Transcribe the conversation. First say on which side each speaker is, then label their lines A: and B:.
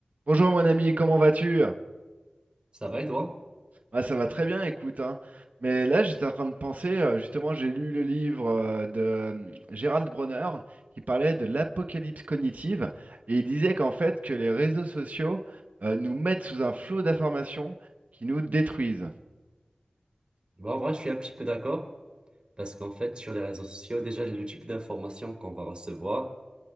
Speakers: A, on the right (about 65°); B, on the right (about 35°).
A: Bonjour mon ami, comment vas-tu?
B: Ça va et toi?
A: Bah, ça va très bien, écoute, hein. Mais là, j'étais en train de penser, euh, justement, j'ai lu le livre euh, de euh, Gérald Bronner qui parlait de l'apocalypse cognitive et il disait qu'en fait, que les réseaux sociaux euh, nous mettent sous un flot d'informations qui nous détruisent.
B: Bah, en vrai, je suis un petit peu d'accord parce qu'en fait, sur les réseaux sociaux, déjà, le type d'information qu'on va recevoir